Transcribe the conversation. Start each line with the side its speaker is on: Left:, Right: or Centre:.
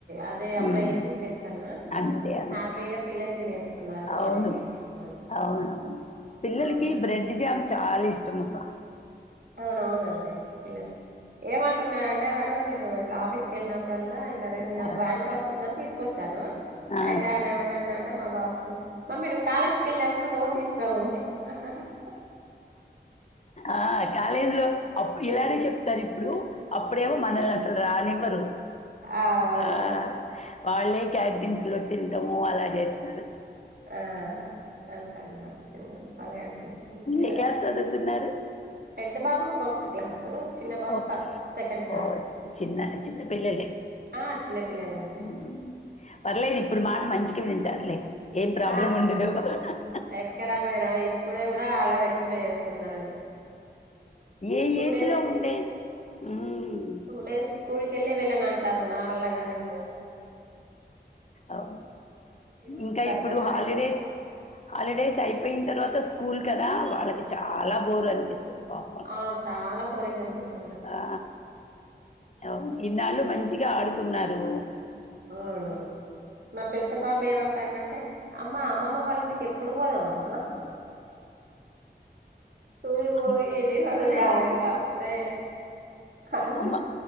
Right: అదే అప్లై
Left: మ్మ్.
Right: చేసి ఇచ్చేస్తాన్నా
Left: అంతే అంతే
Right: హ్యాపీగా ఫీల్ అయి తినేస్తున్నారు మార్నింగ్
Left: అవును.
Right: ఈవినింగ్ రోజు
Left: అవునవును పిల్లలకి
Right: హ్యాపీగా
Left: బ్రెడ్
Right: ఫీల్
Left: జామ్ చాలా ఇష్టం అబ్బా
Right: అవున అవునండి పిల్లలకి ఏమంటున్నాడంటే వాడు నేను ఇట్లా ఆఫీసుకి వెళ్ళినప్పుడల్లా నిన్న
Left: ఆ!
Right: బ్యాంక్ వర్క్ ఉందని తీసుకొచ్చాను
Left: ఆ!
Right: అయితే ఆడు ఏమిఅంటాడు అంటే మా బాబు మమ్మీ నువ్వు కాలేజీకి వెళ్ళినప్పుడు రోజు తీసుకురా మమ్మీ హ్ హ్
Left: ఆ కాలేజీలో అప్పు ఇలానే చెప్తారు ఇప్పుడు అప్పుడేమో మనల్ని అసలు రానివ్వరు
Right: ఆ అవును
Left: అ వాళ్ళే క్యాటరింగ్స్ లో తింటము అలా చేస్తారు
Right: ఆ అంటాను చిన్నది భలే కనిపిచిందిగా
Left: ఏ క్లాస్ చదువుతున్నారు?
Right: పెద్ద బాబు ఫోర్త్ క్లాసు చిన్న బాబు
Left: ఓకే.
Right: ఫస్ట్ సెకండ్ క్లాస్
Left: ఓహ్! చిన్న చిన్న పిల్లలే.
Right: ఆ చిన్నపిల్లలే అండి
Left: హ్మ్. పర్లేదు ఇప్పుడు మాట మంచిగే వింటారులే ఏం ప్రాబ్లం
Right: ఆ
Left: ఉండదు హ్ హ్
Right: ఎక్కడా మేడం ఇప్పుడు కూడా అల్లరీ ఎక్కువనే చేస్తున్నారు
Left: ఏ
Right: టూ
Left: ఏజ్
Right: డేస్
Left: లో ఉండే ఉమ్
Right: టూ డేస్ స్కూల్ కళ్లే వెళ్ళనంటారు నా వల్ల కాదు నేపోనని
Left: అవును
Right: ఫీవర్
Left: ఇంకా
Right: వస్తాంది
Left: ఇప్పుడు
Right: అంటాండు
Left: హాలిడేస్ హాలిడేస్ అయి పోయిన తర్వాత స్కూల్ కధ వాళ్ళకి చాలా బోరు అనిపిస్తది పాపం
Right: అవును చాలా బోరింగ్ అనిపిస్తది
Left: ఆ అవును ఇన్నాళ్ళు మంచిగా ఆడుకున్నారు
Right: అవున నా పెద్ద బాబు ఏమంటాడాంటే అమ్మ అమ్మమ్మ వాళ్ళ ఇంటికి ఎప్పుడు పోదాం అమ్మా స్కూల్ పోయి
Left: అమ్
Right: ఎన్ని రోజులు కాలేదు
Left: అవును.
Right: అప్పుడే అవి
Left: అమ్మ